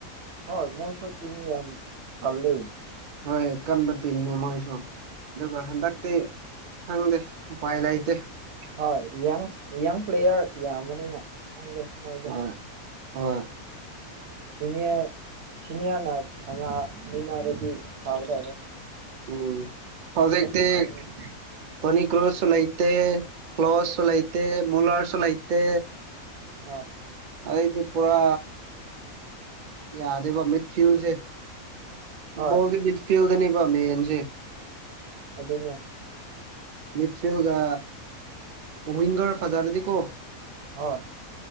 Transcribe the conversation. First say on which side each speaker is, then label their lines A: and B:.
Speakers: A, on the right; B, on the right.
A: ꯍ ꯃꯣꯏ ꯁꯇꯤꯡ ꯌꯥꯝ ꯄꯔꯂꯦ
B: ꯍꯣꯏ ꯀꯟꯕ ꯇꯤꯝꯅꯤ ꯃꯣꯏꯁꯨ ꯑꯗꯨꯒ ꯍꯟꯗꯛꯇꯤ ꯈꯪꯗꯦ ꯎꯄꯥꯏ ꯂꯩꯇꯦ
A: ꯍꯣꯏ ꯌꯪ ꯄ꯭ꯂꯦꯌꯥꯔ ꯌꯥꯝꯕꯅꯤꯅ ꯈꯪꯗꯦ ꯃꯣꯏꯗꯣ
B: ꯍꯣꯏ ꯍꯣꯏ
A: ꯁꯤꯅꯤꯌꯥꯔ ꯁꯤꯅꯤꯌꯥꯔꯅ ꯁꯅꯥ ꯃꯤꯅꯔꯗꯤ ꯐꯥꯒꯗꯕ
B: ꯎꯝ ꯍꯧꯖꯤꯛꯇꯤ
A: ꯁꯥꯟꯅꯕꯅꯤꯅ
B: ꯇꯣꯅꯤꯀꯔꯨꯁꯁꯨ ꯂꯩꯥꯇꯦ ꯀ꯭ꯂꯣꯊꯁꯨ ꯂꯩꯇꯦ ꯃꯨꯂꯔꯁꯨ ꯂꯩꯇꯦ
A: ꯑꯥ
B: ꯑꯩꯗꯤ ꯄꯨꯔꯥ ꯌꯥꯗꯦꯕ ꯃꯤꯠ ꯊꯤꯎꯁꯦ
A: ꯍꯣꯏ
B: ꯕꯣꯜꯗꯤ ꯕꯤꯠ ꯐꯤꯜꯗꯅꯦꯕꯥ ꯃꯦꯟꯁꯦ
A: ꯑꯗꯨꯅꯦ
B: ꯃꯤꯠꯐꯤꯜꯒꯥ ꯋꯤꯡꯒꯔ ꯐꯖꯥꯔ꯭ꯗꯤꯀꯣ
A: ꯍꯣꯏ